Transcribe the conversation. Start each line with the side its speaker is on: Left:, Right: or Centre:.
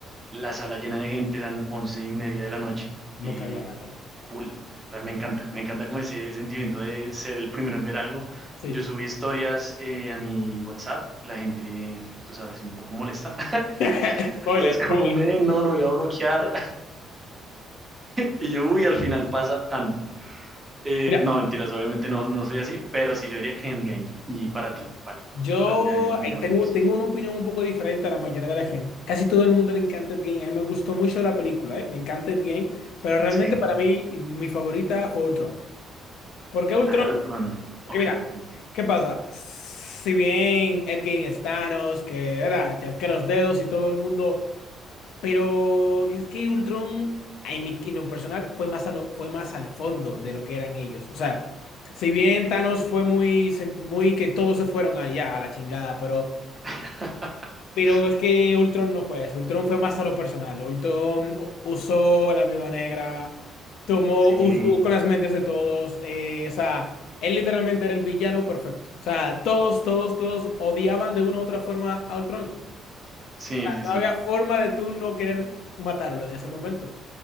Right: La sala llena de gente, eran once y media de la noche,
Left: No
Right: y
Left: cabía nadie.
Right: full. Pero me encanta, me encanta como ese sentimiento de ser el primero en ver algo.
Left: Sí.
Right: Yo subí historias eh, a mi WhatsApp, la gente, tú sabes, un poco molesta. <laughs>
Left: <laughs> Spoiler,
Right: Entonces,
Left: spoiler.
Right: como, me, no, lo voy a bloquear. Y yo, uy, al final pasa tan. Eh,
Left: Mira,
Right: no, mentiras, obviamente no, no soy así, pero sí yo diría que Endgame. Y para ti, ¿cuál?
Left: yo
Right: ¿Cuál de, de
Left: ahí
Right: Avengers?
Left: tengo, tengo una opinión un poco diferente a la mayoría de la gente. Casi todo el mundo le encanta Ed Game. A mí me gustó mucho la película, ¿eh? Me encanta Ed Game. Pero realmente
Right: Sí,
Left: para mí, mi favorita fue Ultron. ¿Por qué Ultron?
Right: la era del Tron.
Left: Porque
Right: Ok,
Left: mira,
Right: ok.
Left: ¿qué pasa? Si bien Ed Game es Thanos, que era chasquea los dedos y todo el mundo Pero es que Ultron, en mi en lo personal, fue más, a lo- fue más al fondo de lo que eran ellos. O sea, si bien Thanos fue muy, sen- muy que todos se fueron allá a la chingada, pero,
Right: <laughs>
Left: pero es que Ultron no fue eso. Ultron fue más a lo personal. Ultron u- usó a la Viuda Negra, tomó,
Right: Sí,
Left: Sí. usó con las mentes de todos. eh, o sea, él literalmente era el villano perfecto. O sea, todos, todos, todos odiaban de una u otra forma a Ultron.
Right: sí, sí, sí.
Left: No había forma de tú no querer matarlo en ese momento.